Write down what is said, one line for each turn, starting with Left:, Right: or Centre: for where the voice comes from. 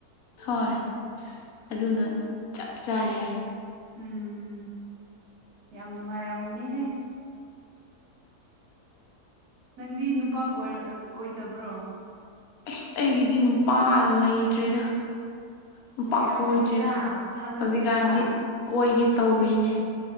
Left: ꯍꯣꯏ ꯑꯗꯨꯅ ꯆꯞ ꯆꯥꯔꯦ
Right: ꯎꯝ ꯌꯥꯝ ꯅꯨꯡꯉꯥꯏꯔꯝꯒꯅꯤꯍꯦ ꯅꯪꯗꯤ ꯅꯨꯄꯥ ꯀꯣꯏꯗꯕ꯭ꯔꯣ
Left: ꯑꯁ ꯑꯩꯒꯤꯗꯤ ꯅꯨꯄꯥ ꯂꯩꯇ꯭ꯔꯦꯗ ꯅꯨꯄꯥ
Right: ꯂꯩꯔꯝꯒꯅꯤꯗ
Left: ꯀꯣꯏꯗ꯭ꯔꯤꯗ
Right: ꯊꯥꯖꯗ꯭ꯔꯦꯗ
Left: ꯍꯧꯖꯤꯛꯀꯥꯟꯗꯤ ꯀꯣꯏꯒꯦ ꯇꯧꯔꯤꯅꯦ